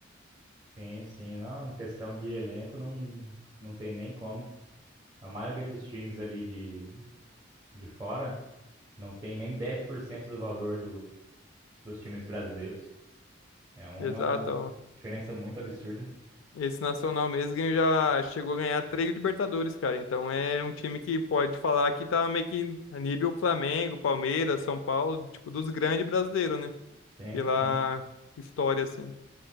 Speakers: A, on the right; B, on the left.
A: Sim, sim. Não, em questão de elenco, não, não tem nem como. A maioria dos times ali de, de fora não tem nem 10% do valor do, dos times brasileiros. É uma
B: Exato, ó.
A: diferença muito absurda.
B: Esse Nacional mesmo ganhou- já chegou a ganhar três Libertadores, cara. Então é um time que pode falar que tá meio que a nível Flamengo, Palmeiras, São Paulo, tipo, dos grandes brasileiros, né?
A: Sim,
B: Pela
A: sim.
B: história, assim.